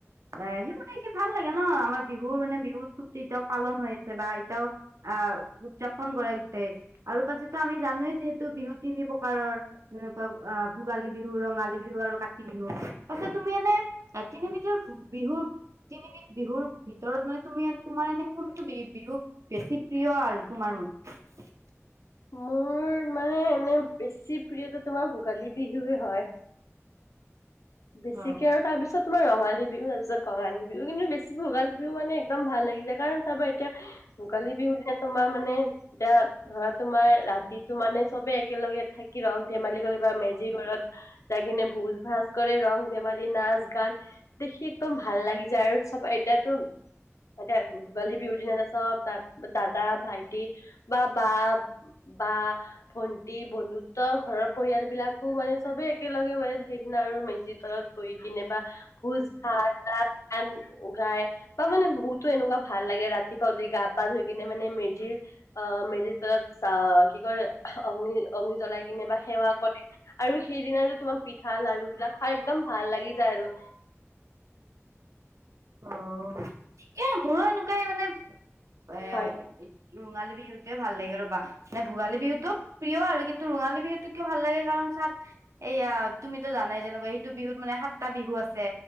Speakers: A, on the right; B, on the left.
A: এ সেইবোৰ দেখি ভাল লাগে ন আমাৰ বিহুৰ মানে বিহুত খুব এতিয়াও পালন হৈ আছে। বা এতিয়াও আহ উদযাপন কৰাই গোটেই আৰু পাছতো আমি জানোৱেই যিহেতু বিহু তিনি প্ৰকাৰৰ পাৰৰ এনেকুৱা আহ ভোগালী, বিহু ৰঙালী, বিহু আৰু কাতি, বিহু তাক তুমি এনে তিনি বিধৰ বিহুৰ তিনিবিধ বিহুৰ ভিতৰত মানে তুমি তোমাৰ এনে কোনটো বি বিহু। বেছি প্ৰিয় আৰু তোমাৰ-
B: মোৰ মানে এনে বেছি প্ৰিয়তো তোমাৰ ভোগালী, বিহুে হয়। বেছিকে
A: অ
B: আৰু তাৰপিছত তোমাৰ ৰঙালী বিহু তাৰপিছত ৰঙালী বিহু কিন্তু বেছি ভোগালী, বিহ বিহু মানে একদম ভাল লাগিছে কাৰণ চাবা এতিয়া ভোগালী বিহু যে তোমাৰ মানে এতিয়া ধৰা। তোমাৰ ৰাতিতটো মানে চবে একেলগে থাকি ৰক ধেমালি কৰি বা মেজি ঘৰত- তেখনে ভুজ ভাজ কৰে ৰং ধেমালি নাচ গান। দেখি একদম ভাল লাগি যায়। আৰু চব এতিয়াতো মান ভোগালী, বিহু দিনা ছব দাদা ভাইটি বা বা- বা ভন্টি বন্ধুত্ব ঘৰৰ পৰিয়াল বিলাকো মানে চবেই একেলগে ম সেইদিনা আৰু মেজিত ৰত বহি কিনে বা ভোজ ভাত গান গাই বা মানে বহুতো এনেকুৱা ভাল লাগে ৰাতিপুৱা উতি গা পা ধুই কিনে মানে মেজিৰ অ মেজিৰ তলত চ কি কয় অগ্নি অগ্নি জ্বলাই কিনে বা সেৱা কৰে আৰু সেইদিনাটোো তোমাৰ পিঠা লাৰু বিলাক খাই একদম ভাল লাগি যায় আৰু
A: অ ঠিকেই মোৰো এনেকুৱাই মানে এ
B: হয়
A: ৰঙালী বিহুতেোৱে ভাল লাগে ৰবা মানে ভোগালী বিহুতটো প্ৰিয় আৰু কিন্তু ৰৰুঙালী বিহুতটো কিয় ভাল লাগে কাৰণ চাত এইয়া তুমিতো জানাই যেনেকুৱা সেইটো বিহুত মানে সাতটা বিহু আছে